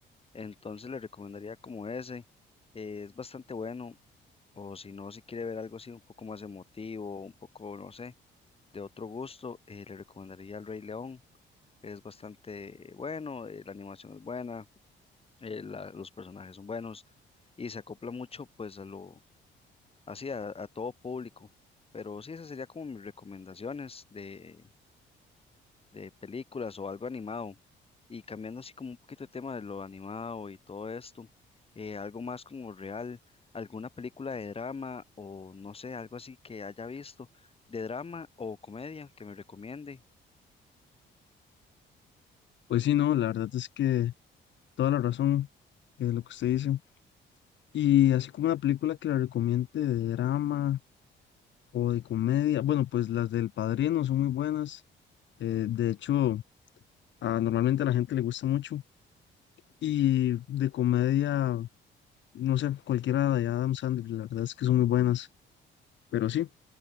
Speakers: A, on the left; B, on the left.
A: Entonces le recomendaría como ese. eh, es bastante bueno. O si no, si quiere ver algo así un poco más emotivo, un poco, no sé, de otro gusto, eh, le recomendaría El Rey León. Es bastante bueno, eh, la animación es buena eh, la- los personajes son buenos y se acopla mucho pues a lo, así a, a todo público. Pero sí, esas serían como mis recomendaciones de, de películas o algo animado. Y cambiando así como un poquito de tema de lo animado y todo esto, eh, algo más como real, alguna película de drama o no sé, algo así que haya visto de drama o comedia que me recomiende.
B: Pues sí, no, la verdad es que Toda la razón de lo que usted dice. Y así como una película que la recomiende de drama o de comedia, bueno, pues las del Padrino son muy buenas. eh, de hecho, a- normalmente a la gente le gusta mucho. Y de comedia, no sé, cualquiera de Adam Sandler, la verdad es que son muy buenas. Pero sí.